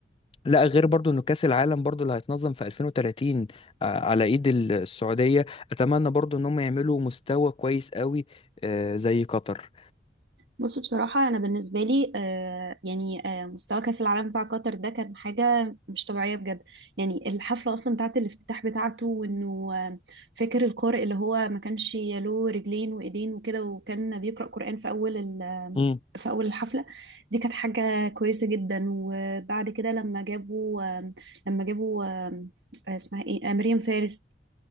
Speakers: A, on the left; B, on the right.
A: لا غير برضو انه كاس العالم برضو اللي هيتنظم في 2030 آه، على ايد ال- السعوديه اتمنى برضو انهم يعملوا مستوى كويس قوي آه، زي قطر
B: بص بصراحه انا بالنسبه لي آه يعني آه مستوى كاس العالم بتاع قطر ده كان حاجه مش طبيعيه بجد يعني الحفله اصلا بتاعت الافتتاح بتاعته وانه آه فاكر القارئ اللي هو ما كانش له رجلين وايدين وكده وكان بيقرا قران في اول ال-
A: امم
B: في اول الحفله دي كانت حاجه كويسه جدا وبعد كده لما جابوا آم، لما جابوا آم، آه، اسمها ايه آه، مريم فارس